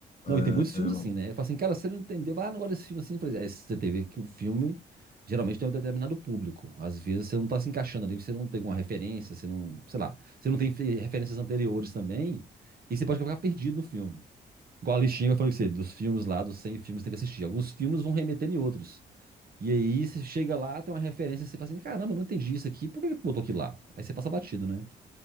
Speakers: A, on the right; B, on the left.
A: não,
B: É,
A: e tem muitos filmes
B: é um-
A: assim, né? Eu falo assim, cara, você não entendeu, ah, não gosto desse filme assim. Eu falei, é, você tem que ver que o filme geralmente tem um determinado público. Às vezes você não tá se encaixando ali, você não tem uma referência, você não, sei lá, você não tem fe- referências anteriores também, e você pode acabar perdido no filme. Igual a listinha que eu falei com você, dos filmes lá, dos 100 filmes que você tem que assistir. Alguns filmes vão remeter em outros. E aí você chega lá, tem uma referência, você fala assim, caramba, não entendi isso aqui, por que que botou aquilo lá? Aí você passa batido, né?